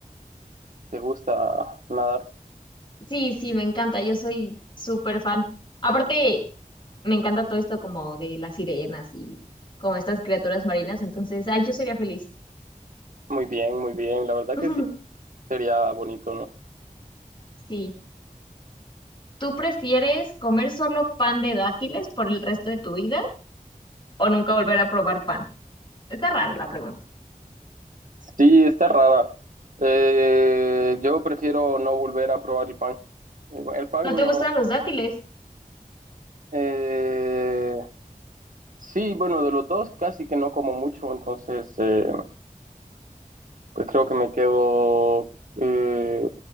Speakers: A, on the right (about 65°); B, on the left (about 35°).
A: ¿Te gusta nadar?
B: Sí, sí, me encanta, yo soy súper fan. Aparte, me encanta todo esto como de las sirenas y como estas criaturas marinas, entonces, ay, yo sería feliz.
A: Muy bien, muy bien, la verdad
B: <laughs>
A: que sí, sería bonito, ¿no?
B: Sí. ¿Tú prefieres comer solo pan de dátiles por el resto de tu vida o nunca volver a probar pan? Está rara la pregunta.
A: Sí, está rara. Eh, yo prefiero no volver a probar el pan. El, el pan
B: ¿No te gustan
A: no.
B: los dátiles?
A: eh, sí, bueno, de los dos casi que no como mucho, entonces eh, pues creo que me quedo eh,